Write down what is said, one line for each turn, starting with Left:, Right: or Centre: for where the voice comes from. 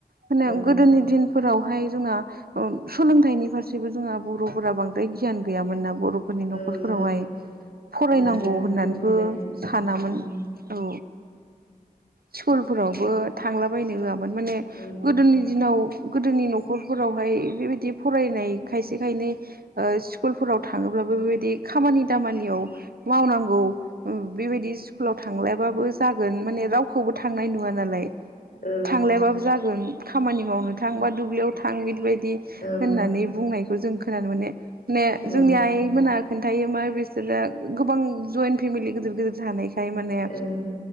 Right: माने
Left: औ
Right: गोदोनि दिन फोरावहाय जोंना सोलोंथाइनि फारसेबो जोंहा बर'फोरा बांद्राय गियान गैयामोन नामा? बर'फोरनि न'खरफोरावहाय
Left: ओं ओं
Right: फरायनांगौ
Left: दा आरो
Right: औ होननानैबो
Left: बुजिबाय उम
Right: सानामोन
Left: उम
Right: औ स्कुलफोरावबो थांलाबायनो होआमोन माने
Left: ओं
Right: गोदोनि दिनाव गोदोनि न'खरफोरावहाय बेबायदि फरायनाय खायसे खायनै स्कुलफोराव थाङोब्ला बेबायदि खामानि दामानियाव मावनांगौ बेबायदि स्कुलाव थांलायबाबो जागोन माने रावखौबो थांनाय नुवा नालाय
Left: ओं
Right: थांलायबाबो जागोन खामानि मावनो थां बा दुब्लियाव थां बिबायदि बि
Left: ओं
Right: होननानै बुंनायखौ जों खोनानो मोनाने माने
Left: औ उम औ
Right: जोंनि आइ मोना खोन्थायो मा बे बिसोरा गोबां जयन्ट फेमिलि गिदिर गिदिर थानायखाय माने
Left: ओं